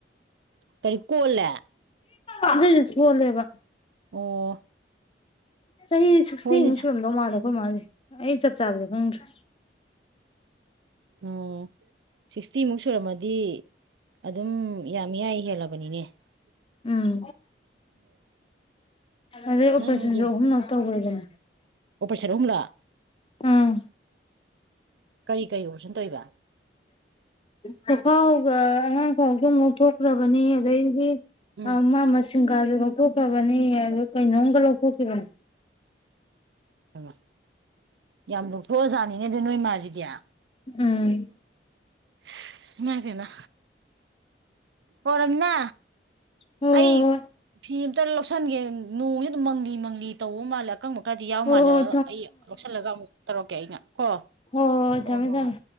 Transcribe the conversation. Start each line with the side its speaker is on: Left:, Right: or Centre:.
Right: ꯀꯔꯤ ꯀꯣꯜꯂꯦ
Left: ꯑꯗꯨꯏꯖꯨ ꯁꯣꯜꯂꯦꯕ
Right: ꯑꯣ
Left: ꯆꯍꯤꯖꯤ ꯁꯤꯛꯁꯇꯤꯃꯨꯛ
Right: ꯍꯣꯏꯅꯦ
Left: ꯁꯨꯔꯝꯗꯧ ꯃꯥꯜꯂꯦ ꯈꯣꯏꯃꯥꯖꯦ ꯑꯩ ꯆꯞ ꯆꯥꯕꯗꯣ ꯈꯪꯗ꯭ꯔꯦ
Right: ꯑꯣ ꯁꯤꯛꯁꯇꯤꯃꯨꯛ ꯁꯨꯔꯝꯃꯗꯤ ꯑꯗꯨꯝ ꯌꯥꯝ ꯃꯤꯌꯥꯏ ꯍꯦꯜꯂꯕꯅꯤꯅꯦ ꯇꯥꯕ ꯉꯝꯗꯕ
Left: ꯎꯝ ꯑꯗꯩ ꯑꯣꯄ꯭ꯔꯦꯁꯟꯖꯨ
Right: ꯅꯪ
Left: ꯑꯍꯨꯝꯂꯛ ꯇꯧꯒ꯭ꯔꯦꯗꯅ
Right: ꯁꯟ ꯑꯍꯨꯝꯂꯛ
Left: ꯎꯝ
Right: ꯀꯔꯤ ꯀꯔꯤ ꯑꯣꯄꯔꯦꯁꯟ ꯇꯧꯔꯤꯕ
Left: ꯆꯈꯥꯎ ꯁꯨ ꯑꯑ ꯑꯉꯥꯡ ꯈꯥꯎꯁꯨ ꯑꯃꯨꯛ ꯂꯧꯊꯣꯛꯈ꯭ꯔꯕꯅꯤ ꯑꯗꯩꯗꯤ
Right: ꯎꯝ
Left: ꯑꯃ ꯃꯁꯤꯡꯒꯥꯁꯨ ꯂꯧ ꯊꯣꯛꯈ꯭ꯔꯕꯅꯤ ꯑꯗꯨ ꯀꯩꯅꯣꯝꯒ ꯂꯧꯊꯣꯛꯈꯤꯕꯅꯤ
Right: ꯍꯩꯃꯥ ꯌꯥꯝ ꯂꯧꯛꯊꯣꯛꯑꯖꯥꯠꯅꯤꯅꯦ ꯑꯗꯨ ꯅꯣꯏ ꯃꯥꯥꯖꯤꯗꯤ
Left: ꯎꯝ
Right: ꯑꯁ ꯏꯃꯥꯏ ꯄꯦꯃꯥ ꯍꯣ ꯔꯝꯅꯥ
Left: ꯍꯣ ꯍꯣ
Right: ꯑꯩ
Left: ꯍꯣꯏ
Right: ꯐꯤ ꯑꯝ ꯈꯤꯇꯥ ꯂꯧꯁꯟꯒꯦ ꯅꯣꯡꯅꯤꯅꯥ ꯑꯗꯨꯝ ꯃꯪꯂꯤ ꯃꯪꯂꯤ ꯇꯧꯕ ꯃꯥꯜꯂꯦ ꯑꯀꯪꯕ ꯈꯔꯗꯤ ꯌꯥꯎ
Left: ꯍꯣ
Right: ꯃꯥꯜꯂꯦ
Left: ꯍꯣꯏ
Right: ꯑꯗꯣ ꯑꯩ ꯂꯧꯁꯜꯂꯒ ꯑꯃꯨꯛ ꯇꯧꯔꯛꯀꯦ ꯑꯩꯅ ꯀꯣ
Left: ꯍꯣ ꯍꯣꯏ-ꯍꯣꯏ
Right: ꯑꯣ
Left: ꯊꯝꯃꯦ
Right: ꯍꯣ
Left: ꯊꯝꯃꯦ
Right: ꯍꯣꯏ